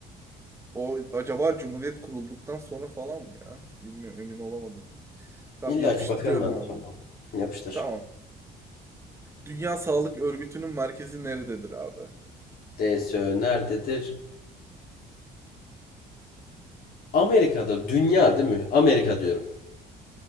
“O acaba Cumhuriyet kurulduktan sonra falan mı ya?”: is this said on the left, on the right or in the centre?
Right